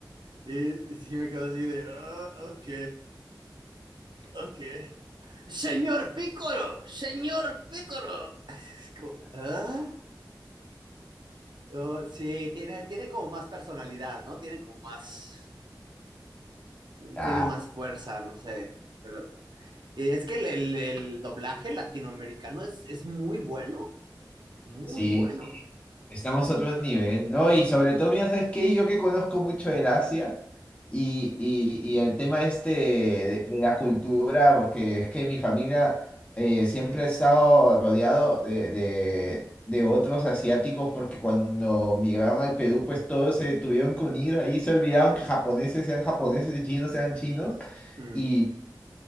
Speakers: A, on the right (about 75°); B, on the left (about 20°).
A: y, y sí me quedo así de, "Ah, ok, ok. Señor Pícoro, señor Pícoro. Es como, "Ah, oh, sí, tiene, tiene como más personalidad, ¿no? Tiene como más...
B: Ya,
A: tiene más fuerza, no sé. Pero eh, es que el, el- el doblaje latinoamericano es, es muy bueno, muy
B: sí,
A: bueno.
B: Estamos a otro nivel, ¿no? Y sobre todo, mira, ¿sabes qué? Yo que conozco mucho del Asia y, y- y el tema este de, de la cultura, porque es que mi familia eh, siempre ha estado rodeado de, de- de otros asiáticos, porque cuando migraron al Perú, pues todos se tuvieron que unir, ahí se olvidaron que japoneses sean japoneses y chinos sean chinos,
A: Mm,
B: y,